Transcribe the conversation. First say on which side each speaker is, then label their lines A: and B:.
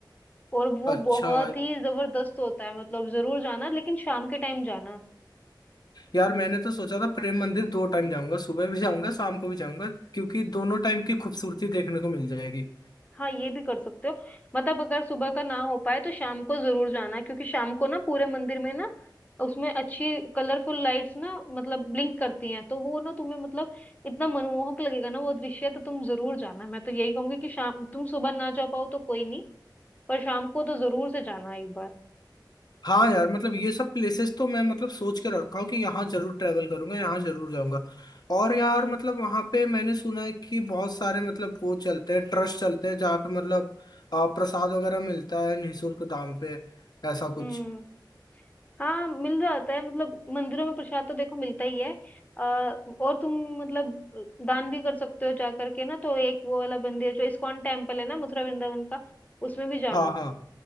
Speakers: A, on the left; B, on the left.
A: और वो
B: अच्छा
A: बहुत ही जबरदस्त होता है मतलब जरूर जाना लेकिन शाम के टाइम जाना
B: यार मैंने तो सोचा था प्रेम मंदिर दो टाइम जाऊंगा सुबह भी जाऊंगा शाम को भी जाऊंगा क्योंकि दोनों टाइम की खूबसूरती देखने को मिल जाएगी
A: हाँ ये भी कर सकते हो मतलब अगर सुबह का ना हो पाए तो शाम को जरूर जाना क्योंकि शाम को ना पूरे मंदिर में ना उसमें अच्छी कलरफुल लाइट्स ना मतलब ब्लिंक करती हैं तो वो ना तुम्हें मतलब इतना मनमोहक लगेगा ना वो दृश्य तो तुम जरूर जाना मैं तो यही कहूंगी कि शाम तुम सुबह ना जा पाओ तो कोई नहीं पर शाम को तो जरूर से जाना एक बार
B: हाँ यार मतलब ये सब प्लेसेस तो मैं मतलब सोच के रखा हूँ कि यहाँ जरूर ट्रैवल करूंगा यहाँ जरूर जाऊंगा और
A: हम्म
B: यार मतलब वहाँ पे मैंने सुना है कि बहुत सारे मतलब वो चलते हैं ट्रस्ट चलते हैं जहाँ पे मतलब आ, प्रसाद वगैरह मिलता है निःशुल्क दाम पे ऐसा कुछ
A: हम्म हाँ मिल जाता है मतलब मंदिरों में प्रसाद तो देखो मिलता ही है अ, और तुम मतलब दान भी कर सकते हो जा करके ना तो एक वो वाला मंदिर जो इस्कॉन टेम्पल है ना मथुरा वृंदावन का उसमें भी जाना
B: हाँ हाँ